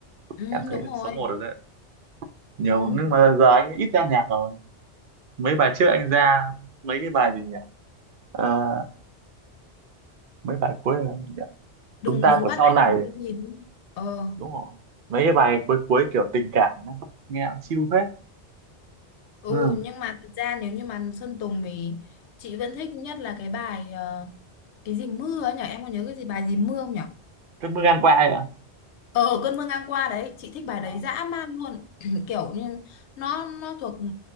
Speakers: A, on the left; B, on the right.
A: ừ
B: em thấy
A: đúng
B: là
A: rồi
B: số một rồi đấy nhiều
A: ừ
B: nhưng mà giờ anh ít ra nhạc rồi mấy bài trước anh ra mấy cái bài gì nhỉ Ờ, mấy bài cuối là gì nhỉ?
A: đừng
B: chúng ta
A: đừng
B: của
A: bắt
B: sau
A: anh
B: này
A: làm cái gì đúng. ờ
B: đúng rồi mấy cái bài cuối cuối kiểu tình cảm ấy, nghe chill hết
A: Ừ
B: ừ
A: nhưng mà thật ra nếu như mà Sơn Tùng thì chị vẫn thích nhất là cái bài ờ, cái gì mưa ấy nhở em có nhớ cái gì bài gì mưa không nhở
B: cơn mưa ngang qua ấy ạ
A: ờ cơn mưa ngang qua đấy chị thích bài
B: Ờ,
A: đấy dã man luôn <clears throat> kiểu như nó nó thuộc ừ,